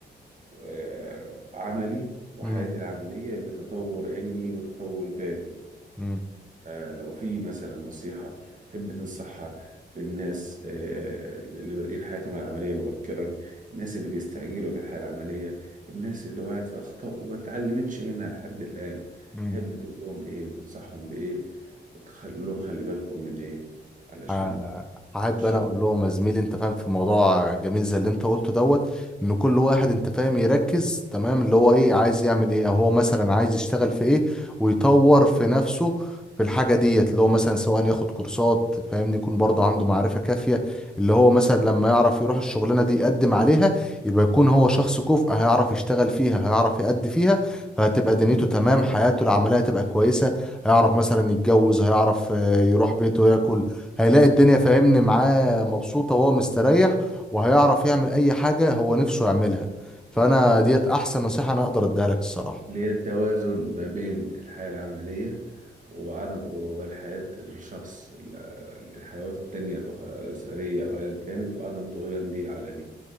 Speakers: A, on the right; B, in the centre.
A: آه، عملي وحياتي
B: مم،
A: العمليه بتطور علمي وتطور ذاتي
B: مم،
A: آه، لو في مثلا نصيحة تحب تنصحها للناس آه، اللي بادئين حياتهم العملية مبكرا الناس اللي بيستعجلوا في الحياة العملية الناس اللي وقعت في أخطاء وما اتعلمتش منها لحد الآن
B: مم.
A: تحب تقول لهم إيه وتنصحهم بإيه وتقول لهم خلي بالكم من إيه علشان
B: آه. احب
A: الشغل
B: انا اقول لهم يا زميلي انت فاهم في موضوع جميل زي اللي انت قلته دوت ان كل واحد انت فاهم يركز تمام اللي هو ايه عايز يعمل ايه او هو مثلا عايز يشتغل في ايه ويطور في نفسه في الحاجه ديت اللي هو مثلا سواء ياخد كورسات فاهمني يكون برضه عنده معرفه كافيه اللي هو مثلا لما يعرف يروح الشغلانه دي يقدم عليها يبقى يكون هو شخص كفء هيعرف يشتغل فيها هيعرف يأدي فيها فهتبقى دنيته تمام حياته العمليه تبقى كويسه هيعرف مثلا يتجوز هيعرف آه، يروح بيته ياكل هيلاقي الدنيا فاهمني معاه مبسوطة وهو مستريح وهيعرف يعمل أي حاجة هو نفسه يعملها فأنا
A: صح
B: ديت أحسن نصيحة أنا أقدر أديها لك الصراحة
A: اللي هي التوازن ما بين الحياة العملية وعدم والحياة الشخص ال- الحيوات التانية الأخ- الأسرية أو أيا كانت وعدم طغيان دي على دي